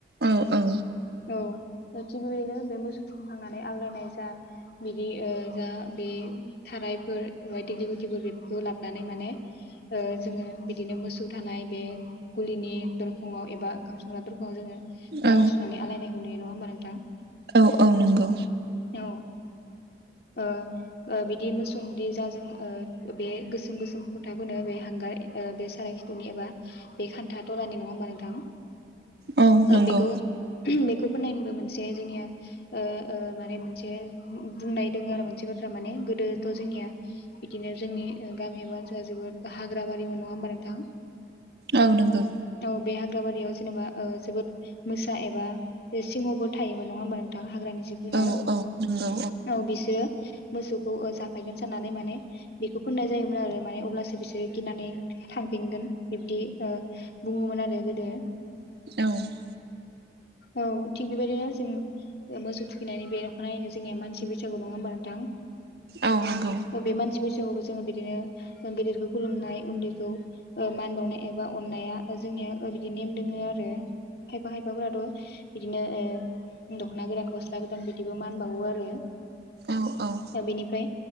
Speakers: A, on the right (about 70°); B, on the left (about 65°).
A: औ औ
B: औ ओ थिग बेबायदिनो बे मोसौ थुखैखांनानै आग्लायनाय जा बिदि ओ जा बे थारायफोर एबा दिग्लि गुथिफोर बेफोरखौ लाबोनानै माने ओ जोङो बिदिनो मोसौ थानाय बे गुलिनि दरखंआव एबा ओंखाम संग्रा दरखंआव जोङो
A: औ
B: माला सुनानै आलायनायखौ नुयो नङा होनबा <unintelligible>
A: औ औ नंगौ
B: औ ओ ओ बिदि मोसौ बिदि जा जों ओ बे गोसोम गोसोम फोथा फोनो बे हांगार बे सारायखिथुनि एबा बे खान्था थरानि नङा होमबा नोंथां?
A: औ
B: ओ
A: नंगौ
B: बेखौ <unintelligible> बेखौ फोननायनिबो मोनसे जोंनिया ओ ओ माने मोनसे बुंनाय दोङो आरो मोनसे बाथ्रा माने गोदोथ' जोंनिया बिदिनो जोंनि ओ गामि एबा ओनसोला जोबोद हाग्रा बारिमोन नङा होमबा नोंथां?
A: औ नंगौ
B: औ बे हाग्रा बारियाव जेनेबा जोबोद मोसा एबा बे सिंह <unintelligible> थायोमोन नङा होमबा नोंथां हाग्रानि जिब जुनार
A: औ औ नंगौ
B: औ बिसोरो मोसौखौ जाफायगोन साननानै माने बेखौ फोननाय जायोमोन आरो माने अब्लासो बिसोरो गिनानै थांफिनगोन बिब्दि ओ बुङोमोन आरो गोदो
A: औ
B: औ थिग बेबायदिनो जों मोसौ थुखैनानै बे <unintelligible> जोंनि मानसि बैसागु नङा होनबा नोथां?
A: औ नंगौ
B: बे मानसि बैसागुबो जोङो बिदिनो गेदेरखौ खुलुमनाय उन्दैखौ ओ मान बावनाय एबा अन्नाया जोंनिया ओ बिदि नेम ओ दोङो आरो खायफा खायफा फोराथ' बिदिनो ओ दख'ना गोदान गस्ला गोदान बिदिबो मानबावो आरो
A: औ औ
B: ओ बेनिफ्राय